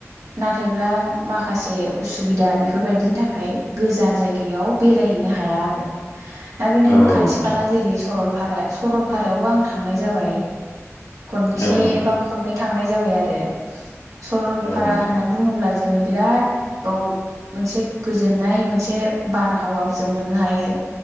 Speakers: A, on the right; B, on the left.
A: नाथायब्ला माखासे उसुबिदा बेफोरबायदिनि थाखाय गोजान जायगायाव बेरायहैनो हाया आरो दा बे नों
B: औ
A: खाथि
B: नोंथां
A: खाला जेरै सरलपाराया सरलपारायावबो आं थांनाय जाबाय खनसे
B: औ नोंथां
A: बा खननै थांनाय जाबाय आरो सरलपारा
B: औ नोंथां
A: होननानै बुङोब्ला जोङो बिराद औ मोनसे गोजोननाय मोनसे बारहावा जों मोननो हायो